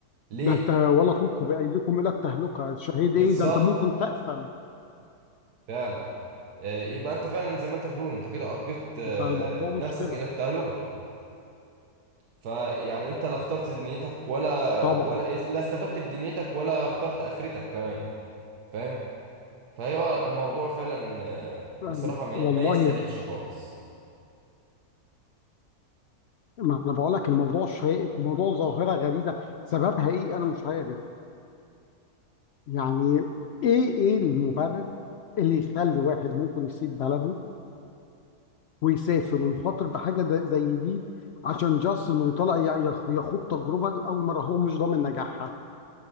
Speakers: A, on the right (about 80°); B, on the left (about 75°).
A: ليه؟
B: ده انت ولا تلقوا بايديكم الى التهلكه شهيد
A: بالظبط
B: ايه ده انت ممكن تقفل
A: فعلا آه، يبقى انت فعلا زي ما انت بتقول انت كده القيت آه،
B: فالموضوع مش
A: نفسك
B: كده
A: الى التهلكة فيعني انت لا اخترت دنيتك ولا
B: طبعا
A: ولا لا استفدت بدنيتك ولا اخترت اخرتك كمان فاهم فهو الموضوع فعلا آه،
B: يعني
A: بصراحة ما
B: والله
A: ما يستاهلش خالص
B: ما انا بقول لك الموضوع شائك وموضوع ظاهره غريبه سببها ايه انا مش عارف يعني ايه ايه المبرر اللي يخلي واحد ممكن يسيب بلده ويسافر ويخاطر بحاجه ده- زي دي عشان جاست انه يطلع ي- يخ- يخوض تجربه لاول مره هو مش ضامن نجاحها